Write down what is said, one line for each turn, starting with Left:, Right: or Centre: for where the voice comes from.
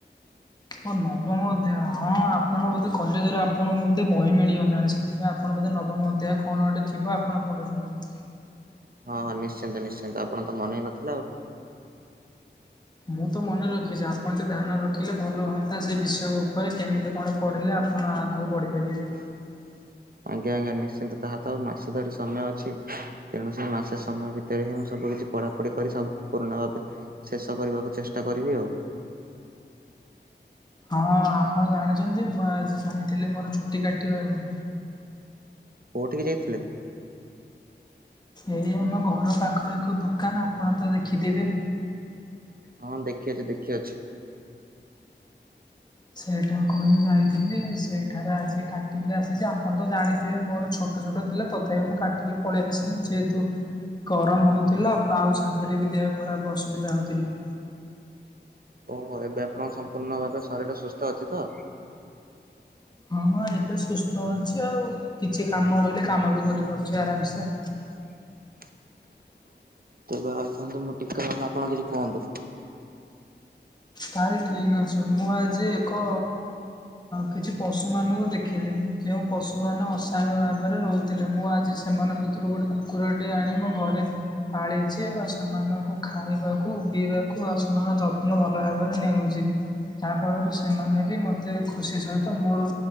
Left: ହଁ ନବମ ଅଧ୍ୟାୟ ହଁ ଆପଣ ବୋଧେ କଲେଜରେ ଆପଣଙ୍କୁ ବୋଧେ ବହି ମିଳିଗଲାଣି ସେଥିପାଇଁ ଆପଣ ବୋଧେ ନବମ ଅଧ୍ୟାୟ କଣଗୋଟେ ଥିବ ଆପଣ ପଢୁଚନ୍ତି।
Right: ହଁ ହଁ ନିଶ୍ଚିନ୍ତ ନିଶ୍ଚିନ୍ତ ଆପଣ ତ ମନେ ହଇ ନଥିଲେ ଆଉ।
Left: ମୁଁ ତ ମନେ ରଖିଚି, ଆପଣ ଟେ ଧ୍ୟାନ ରଖିଲେ ଭଲ ହୁଅନ୍ତା ସେ ବିଷୟ ଉପରେ କେମିତି କଣ ପଢିଲେ ଆପଣ ଆଗକୁ ବଢିପାରିବେ।
Right: <unintelligible> ଆଜ୍ଞା ଆଜ୍ଞା। ନିଶ୍ଚିନ୍ତ ତାହା ତ ଆଉ ମାସ ଧରି ସମୟ ଅଛି। ତେଣୁ ସେଇ ମାସେ ସମୟ ଭିତରେ ହିଁ ମୁଁ ସବୁ କିଛି ପଢାପଢି କରି ସବୁ ପୁରୁଣ ଭାବେ ଶେଷ କରିବାକୁ ଚେଷ୍ଟା ଷ୍ଟା କରିବି ଆଉ।
Left: ହଁ ଆପଣ ଜାଣିଛନ୍ତି ମୁଁ ଆଜି ଯାଇଥିଲି ମୋର ଛୁଟି କାଟିବାକୁ
Right: କୋଉଠିିକ ଯାଇଥିଲୁ?
Left: ଏଇ ଆମ ଘର ପାଖରେ ଏକ ଦୋକାନ ଆପଣ ତ ଦେଖିଥିବେ?
Right: ହଁ ଦେଖିଅଛି ଦେଖି ଅଛି।
Left: ସେଇଠାକୁ ହିଁ ଯାଇଥିଲି ସେଇଠାରେ ଆଜି କାଟିକି ଆସିଛି। ଆପଣ ତ ଜାଣିଥିବେ ମୋର ଛୋଟ ଛୋଟ ଥିଲା, ତଥାପି ମୁଁ କାଟିକି ପଳେଇ ଆସିଲି ଯେହେତୁ! ଗରମ ହଉଥିଲା ଆଉ ସାଙ୍ଗରେ ବି ଦେହ ଖରାପ ଅସୁବିଧା ହଉଥିଲା।
Right: ଓହୋ ଏ ବ୍ୟାପଣ ସମ୍ପୂର୍ଣ୍ଣ ଭାବେ ଶରୀର ସୁସ୍ଥ ଅଛି ତ?
Left: ହଁ ଏବେ ସୁସ୍ଥ ଅଛି ଆଉ କିଛି କାମ ରହିଲେ, କାମ ବି କରିପାରୁଛି ଆରାମସେ।
Right: <unintelligible> ତବେ ରହିଥାନ୍ତୁ ମୁଁ ଟିକେ ନଉନ ଆପଣ କିଛି କୁହନ୍ତୁ।
Left: ତାହେଲେ ଠିକ ଅଛି, ମୁଁ ଆଜି ଏକ କିଛି ପଶୁ ମାନଙ୍କୁ ଦେଖିଲି। ଯେଉଁ ପଶୁମାନେ ଅସହାୟ ଭାବରେ ରହୁଥିଲେ ମୁଁ ଆଜି ସେମାନଙ୍କ ଭିତରୁ ଗୋଟେ କୁକୁରଟିଏ ଆଣି ମୋ ଘରେ ପାଳିଛି ଆଉ ସେମାନଙ୍କୁ ଖାଇବାକୁ ପିଇବାକୁ, ଆଉ ସେମାନଙ୍କ ଯତ୍ନ ଭଲ ଭାବରେ ନେଉଛି। ଯାହାଫଳରେ ସେମାନେ ବି ମତେ ଖୁସି ସହିତ ମୋର